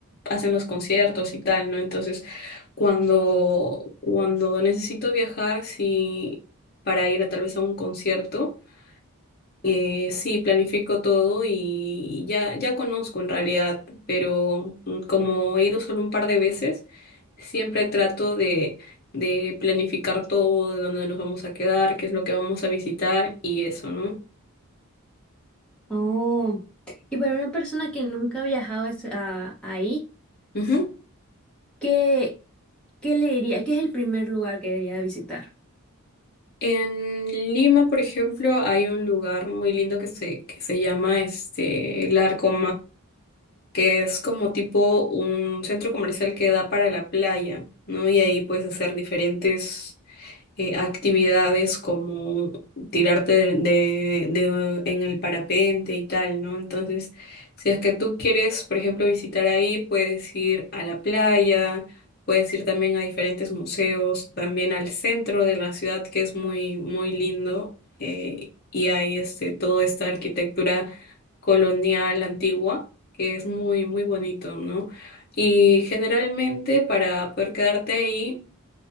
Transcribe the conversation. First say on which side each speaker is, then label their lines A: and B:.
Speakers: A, on the left; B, in the centre.
A: hacen los conciertos y tal, ¿no? Entonces, cuando, cuando necesito viajar, sí, para ir a, tal vez a un concierto. Eh, sí, planifico todo y ya, ya conozco en realidad, pero mm, como he ido solo un par de veces, siempre trato de, de planificar todo, de dónde nos vamos a quedar, qué es lo que vamos a visitar y eso, ¿no?
B: Oh, y para una persona que nunca ha viajado es- a- ahí,
A: Ujú.
B: ¿qué, qué le diría? ¿Qué es el primer lugar que debería visitar?
A: En Lima, por ejemplo, hay un lugar muy lindo que se, que se llama este, el Arco que es como tipo un centro comercial que da para la playa, ¿no? Y ahí puedes hacer diferentes eh, actividades como tirarte de, de- de- en el parapente y tal, ¿no? Entonces, si es que tú quieres, por ejemplo, visitar ahí, puedes ir a la playa, puedes ir también a diferentes museos, también al centro de la ciudad, que es muy, muy lindo, eh, y hay este, toda esta arquitectura colonial antigua, que es muy, muy bonito, ¿no? Y generalmente para poder quedarte ahí,